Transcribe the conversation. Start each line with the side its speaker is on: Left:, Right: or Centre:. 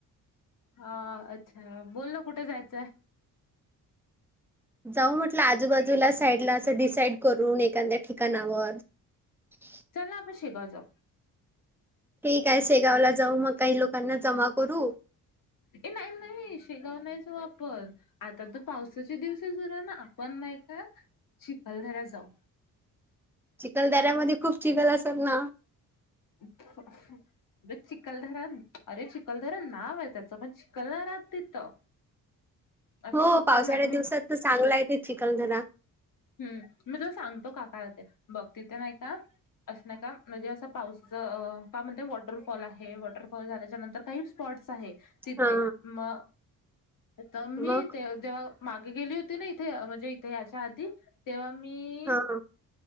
Left: हा, अच्छा. बोल ना, कुठे जायचंय?
Centre: जाऊ म्हटलं आजूबाजूला साईडला असं डिसाईड करून, एखाद्या ठिकाणावर. <inaudible>
Left: चला, आपण शेगाव जाऊ.
Centre: ठीकाय मग शेगावला जाऊ. मग काही लोकांना जमा करू.
Left: ए, नाही - नाही. शेगावण नाही जाऊ आपण. आता तर पावसाचे दिवस सुरू आहे ना. आपण नाही का? चिखलदऱ्या जाऊ.
Centre: चिखलदऱ्यामध्ये, खूप चिखल असल ना?
Left: <unintelligible> रे चिखलदरा, अरे चिखलदर नाव आहे त्याचं. पण चिखल नाही राहत तिथं. असे
Centre: हो,
Left: खूप
Centre: पावसाळ्याच्या
Left: सारे मा मी
Centre: दिवसात तर, चांगलाय ते चिखलदरा.
Left: हम्म, मी तुला सांगतो काका हाय ते. बघ, तिथ नाही का? अस नाही का, म्हणजे असं पावसाच का म्हणते. वॉटरफॉल आहे. वॉटरफॉल झाल्याच्या नंतर काही स्पॉटस आहे, तिथे.
Centre: हा
Left: म त मी
Centre: मग
Left: ते तेव्हा मागे गेली होती ना, इथे म्हणजे इथे याच्या आधी. तेव्हा मी
Centre: हा